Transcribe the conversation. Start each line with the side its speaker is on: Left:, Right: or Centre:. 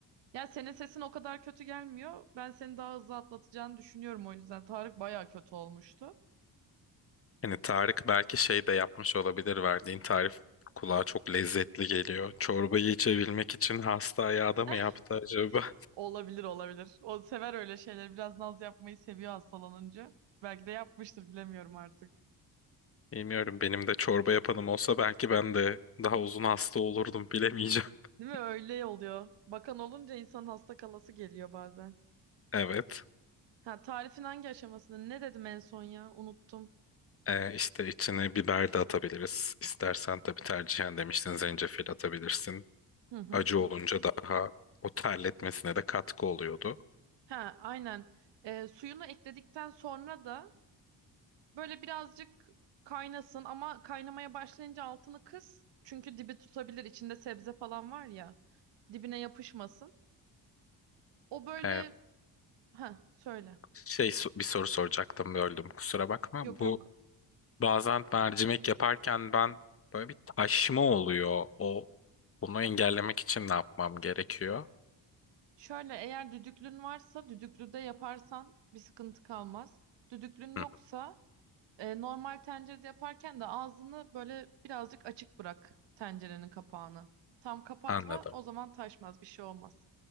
Right: Ya senin sesin o kadar kötü gelmiyor. Ben seni daha hızlı atlatacağını düşünüyorum o yüzden. Tarık bayağı kötü olmuştu.
Left: Hani Tarık belki şey de yapmış olabilir verdiğin tarif kulağa çok lezzetli geliyor. Çorbayı içebilmek için hasta ayağı da mı
Right: <laughs>
Left: yaptı acaba?
Right: Olabilir olabilir. O sever öyle şeyleri. Biraz naz yapmayı seviyor hastalanınca. Belki de yapmıştır bilemiyorum artık.
Left: Bilmiyorum benim de çorba yapanım olsa belki ben de daha uzun hasta olurdum bilemeyeceğim. <laughs>
Right: Değil mi? Öyle oluyor. Bakan olunca insanın hasta kalası geliyor bazen.
Left: Evet.
Right: Ha tarifin hangi aşamasında? Ne dedim en son ya? Unuttum.
Left: Ee, işte içine biber de atabiliriz. İstersen tabii tercihen demiştin zencefil atabilirsin.
Right: Hı hı.
Left: Acı olunca daha o terletmesine de katkı oluyordu.
Right: Ha aynen. Ee, suyunu ekledikten sonra da Böyle birazcık kaynasın ama kaynamaya başlayınca altını kıs. Çünkü dibi tutabilir. içinde sebze falan var ya. Dibine yapışmasın. O böyle
Left: Ee,
Right: ha söyle.
Left: şey so- bir soru soracaktım böldüm kusura bakma.
Right: Yok
Left: Bu
Right: yok.
Left: Bazen mercimek yaparken ben böyle bir taşma oluyor. O bunu engellemek için ne yapmam gerekiyor?
Right: Şöyle eğer düdüklün varsa düdüklüde yaparsan bir sıkıntı kalmaz. Düdüklün yoksa
Left: Hı, hı,
Right: E, normal tencerede yaparken de ağzını böyle birazcık açık bırak tencerenin kapağını. Tam kapatma,
Left: anladım.
Right: o zaman taşmaz, bir şey olmaz.